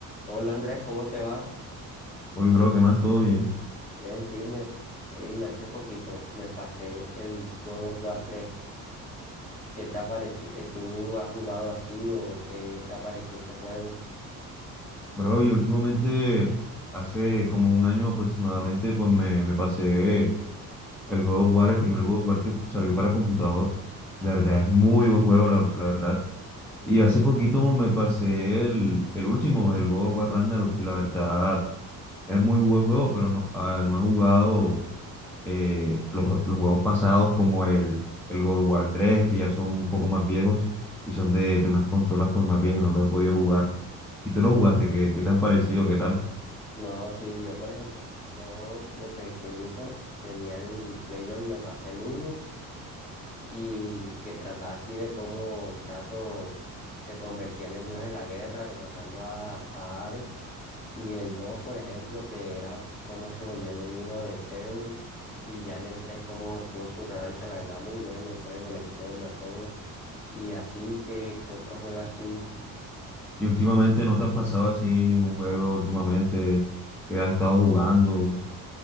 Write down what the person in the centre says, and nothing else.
Uy, bro, ¿qué más? ¿Todo bien?
Bro, yo últimamente, hace como un año aproximadamente, pues me, me pasé el God of War, el primer God of War que salió para computador. La verdad, es muy buen juego, la, la verdad. Y hace poquito me pasé el, el último, el God of War Ragnarok, y la verdad es muy buen juego, pero no, ah, no he jugado eh, los, los juegos pasados como el, el God of War 3 que ya son un poco más viejos y son de, de unas consolas pues más viejas, no los he podido jugar. ¿Y tú lo jugaste? ¿Qué, qué te han parecido? ¿Qué tal?
¿Y últimamente no te has pasado así ningún juego últimamente que has estado jugando?